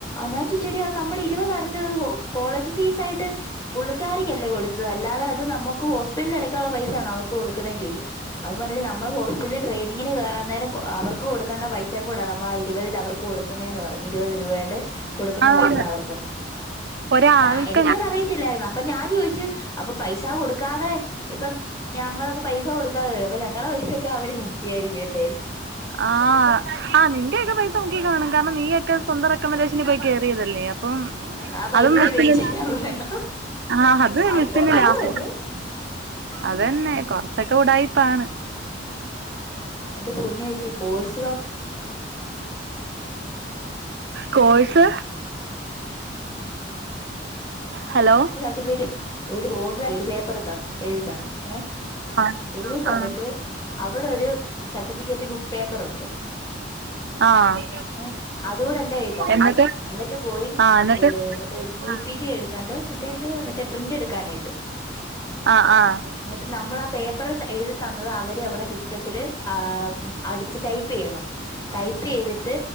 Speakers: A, on the left; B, on the right.
A: ഞാൻ ചോ റ്റെടിയ നമ്മള് ഇരുവത് അടച്ചത് കോ കോളേജ് ഫീസായിട്ട് പുള്ളിക്കാരിക്ക്യല്ലേ കൊടുത്തത് അല്ലാതെ അത് നമ്മക്ക് ഹോസ്പിറ്റല് അടയ്ക്കാന്ള്ള പൈസയാണോ അവർക്ക് കൊടുക്ക്ന്നേ ചോയിച്ച് അത് പറ്ഞ്ഞിണ് നമ്മള് ഹോസ്പിറ്റല് ട്രെയിനിങ്ങിന് കേറാനേരം കൊ അവർ ക്ക് കൊട്ക്കേണ്ട പൈസയും കൂടെ നമ്മള് ആ ഇരുവതില് അവർക്ക് കൊടുക്ക്ന്നേന്ന് പറഞ്ഞ് ഇരുപത് രൂപായില് കൊടുക്ക്ന്ന
B: ആന്ന്
A: പൈസ അവർക്കെന്ന്
B: ഒരാൾക്ക്
A: ഞാ എനിക്കത് അറിയത്തില്ലായിരുന്നു അ ഇപ്പം ഞാൻ ചോയിച്ചു അപ്പൊ പൈസാ കൊടുക്കാതെ ഇപ്പം ഞങ്ങളൊക്കെ പൈസ കൊടുക്കാതെ വരും അപ്പൊ ഞങ്ങളുടെ പൈസൊക്കെ അവര് മുക്കിയായിരിക്കും അല്ലേ
B: ആഹ് ആഹ് നിന്റെയൊക്കെ പൈസ മുക്കി കാണും കാരണം നീയൊക്കെ സ്വന്തം റെക്കമെന്റേഷനി പോയി കേറിയതല്ലേ അപ്പം
A: എന്നാ ആ പൈസ
B: അത് <unintelligible>
A: തിരിച്ച് തരാൻ പറയണം
B: ആഹ് അത്
A: ഭയങ്കര
B: മിസ്സിന്
A: തൊള
B: ലാഭോ
A: തന്നെ
B: അതന്നെ കൊറ്ച്ചൊക്കെ ഉടായ്പ്പാണ്
A: എന്റെ പൊന്നേച്ചി കോഴ്സിലോ
B: കോഴ്സ് ഹലോ
A: സർട്ടിഫൈറ്റ് ഒര് <unintelligible> ഒരു പേപ്പർ തന്ന് എഴുതി തന്ന് ഏഹ്
B: ആഹ്
A: എഴുതി തന്നിട്ട്
B: ആഹ്
A: അവടൊരു സർട്ടിഫിക്കറ്റ് ബു പേപ്പറുണ്ട്
B: ആഹ്
A: ഏഹ് അതൂടെ എന്റെ കൈയി തന്ന്
B: എന്നിട്ട്
A: അന്ന്ട്ട് പോയി
B: ആഹ് എന്നിട്ട്
A: ഏഹ് <unintelligible> പോയ് ജി
B: ആഹ്
A: പി ടി എടുത്താണ്ട് മറ്റേ എത്തോ മറ്റേ പ്രിന്റ് എടുക്കാനായിട്ട്
B: ആഹ് ആഹ്
A: ഇന്ന്ട്ട് നമ്മള് ആ പേപ്പർ ത എഴുതി തന്നത് അവര് അവടെ സിസ് റ്റത്തില് ആഹ് ഉം അടിച്ച് ടൈപ്പെയ്യണം ടൈപ്പെയ്തിട്ട്